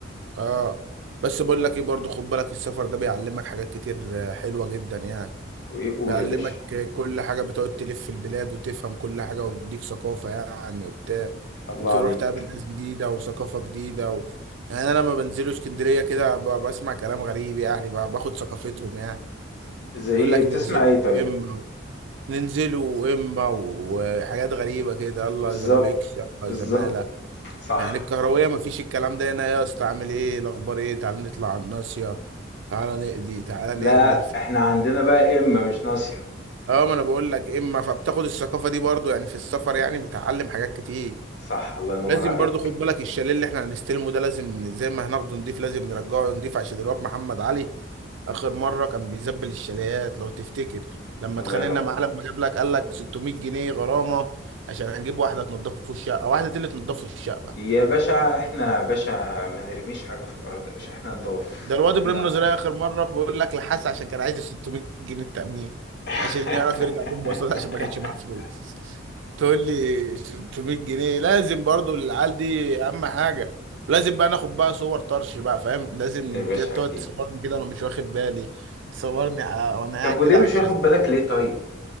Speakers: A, on the right; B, on the left.
A: اه بس بقول لك ايه برضو خد بالك السفر ده بيعلمك حاجات كتير آه، حلوه جدا يعني
B: وإيه قول
A: بيعلمك
B: يا باشا
A: كل حاجة بتقعد تلف في البلاد وتفهم كل حاجة وتديك ثقافة يعني وبتاع
B: الله
A: وتروح
B: عليك
A: تقابل ناس جديدة وثقافة جديدة و... يعني أنا لما بنزلوا اسكندرية كده ب- بسمع كلام غريب يعني ب- باخد ثقافتهم يعني
B: زي
A: يقول
B: إيه
A: لك
B: بتسمع
A: ننزلوا
B: إيه طيب
A: إما ننزلوا إما وحاجات غريبة كده الله
B: بالظبط
A: زموليكس الله
B: بالظبط
A: زمالة
B: صح
A: يعني الكهروية مفيش الكلام ده هنا يا اسطى عامل إيه الأخبار إيه تعالى نطلع على الناصية تعالى نقضي تعالى
B: لا
A: نعمل
B: إحنا عندنا بقى إما مش ناصية
A: اه ما انا بقول لك اما فبتاخد الثقافه دي برضو يعني في السفر يعني بتعلم حاجات كتير
B: صح الله ينور
A: لازم
B: عليك
A: برضو خد بالك الشاليه اللي احنا هنستلمه ده لازم زي ما هناخده نضيف لازم نرجعه نضيف عشان الواد محمد علي اخر مره كان بيزبل الشاليات لو تفتكر لما
B: الله
A: اتخانقنا
B: ينور
A: معاه لما جاب لك قال لك 600 جنيه غرامه عشان هنجيب واحده تنضفه الشقه واحده اللي تنضفه الشقه
B: يا باشا إحنا يا باشا ما نرميش حاجة في الأرض يا باشا إحنا نضاف
A: ده الواد
B: وإحنا
A: ابراهيم نظرية اخر مره بيقول لك لحس عشان كان عايز 600 جنيه التامين
B: <laughs>
A: عشان يعرف يرجع بيهم مواصلات عشان ما كانش معاه فلوس تقول لي 600 جنيه لازم برضو العيال دي اهم حاجه لازم بقى ناخد بقى صور طرش بقى فاهم لازم
B: يا باشا
A: ت- تقعد
B: أكيد
A: تصورني كده وانا مش واخد بالي تصورني على وانا قاعد
B: طب
A: كده
B: وليه مش
A: على الشاشه
B: واخد بالك ليه طيب؟